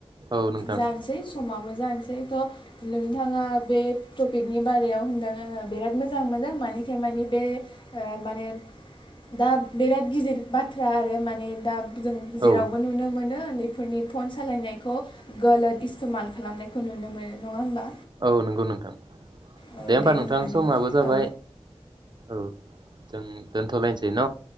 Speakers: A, on the right; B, on the left.
A: औ नोंथां
B: जानोसै समाबो जानोसै थ' नोंथाङा बे टपिकनि बारायाव होनदों ओ बिराद मोजां मोनो माने खायमानि बे ओ माने दा बिराद गिदिर बाथ्रा आरो माने दा जों जेरावबो
A: औ
B: नुनो मोनो उन्दै फोरनि फन सालायनायखौ गोलोद इस्थमाल खालामनायखौ नुनो मोनो नङा होमबा?
A: औ नंगौ नोंथां।
B: औ
A: दे होमबा नोंथां
B: नों
A: समाबो जाबाय
B: औ
A: औ। जों दोनथ'लायनोसै न'।